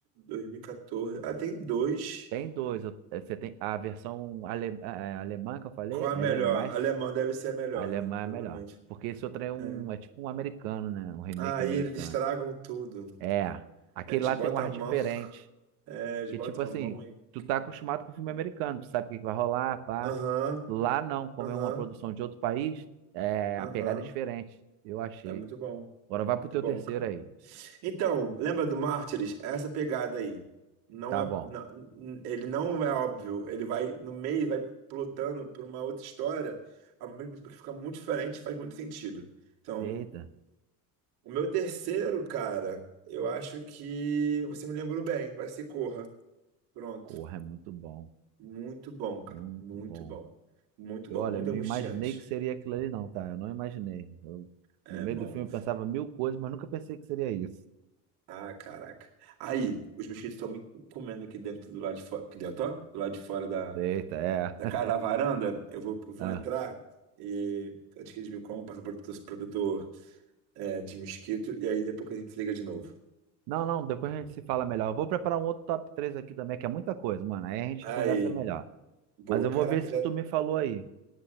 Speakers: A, on the right; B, on the right.
A: mil e 2014. Ah, tem dois.
B: Tem dois, eu- eh, você tem a versão ale, eh, alemã que eu falei,
A: Qual é a
B: ela
A: melhor?
B: é mais
A: Alemão deve ser a melhor,
B: A alemã
A: né? Provavelmente.
B: é melhor. Porque esse outro é um,
A: É.
B: é tipo um americano, né? Um remake
A: Aí
B: americano.
A: eles estragam tudo.
B: É, aquele
A: É, Eles
B: lá
A: botam
B: tem um ar
A: a mão.
B: diferente.
A: É, eles
B: Que
A: botam
B: tipo assim,
A: a mão e.
B: tu
A: cara,
B: tá acostumado com filme americano, tu sabe o que que vai rolar, pá.
A: Aham,
B: Lá não, como
A: aham,
B: é uma produção de outro país, é,
A: aham.
B: a pegada é diferente. Eu achei.
A: É muito bom.
B: Agora vai pro
A: Muito
B: teu
A: bom,
B: terceiro
A: cara.
B: aí.
A: Então, lembra do Mártires? É Essa pegada aí. Não
B: Tá
A: é,
B: bom.
A: não- ele não é óbvio. Ele vai no meio, e vai plotando por uma outra história, ao mesmo tempo que fica muito diferente, faz muito sentido. Então,
B: Eita,
A: o meu terceiro, cara, eu acho que você me lembrou bem. Vai ser Corra. Pronto.
B: corra, é muito bom.
A: Muito bom, cara.
B: Muito
A: Muito
B: bom.
A: bom. Muito
B: Eu,
A: bom.
B: olha,
A: Muito
B: eu não
A: angustiante.
B: imaginei que seria aquilo ali, não, tá? Eu não imaginei. Eu,
A: É
B: no meio
A: bom.
B: do filme eu pensava mil coisas, mas nunca pensei que seria isso.
A: Ah, caraca. Aí, os mosquitos estão me comendo aqui dentro do lado de fora. Aqui dentro, ó, do lado de fora da,
B: Eita, é.
A: da
B: <laughs>
A: casa, da varanda. Eu vou, eu vou
B: Ah.
A: entrar e antes que eles me comam, passa protetor, protetor é, de mosquito. E aí depois que a gente se liga de novo.
B: Não, não, depois a gente se fala melhor. Eu vou preparar um outro top 3 aqui também, que é muita coisa, mano. Aí a gente
A: Aí,
B: conversa melhor.
A: boa.
B: Mas eu
A: Caraca,
B: vou ver esse
A: já,
B: que tu me falou aí,